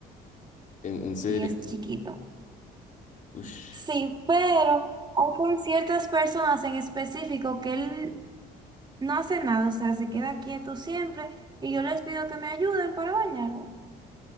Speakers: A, on the left (about 50°); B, on the right (about 25°).
A: En, en serio.
B: Y es chiquito.
A: Ush.
B: Sí, pero, o por ciertas personas en específico que él no hace nada, o sea, se queda quieto siempre y yo les pido que me ayuden para bañarlo.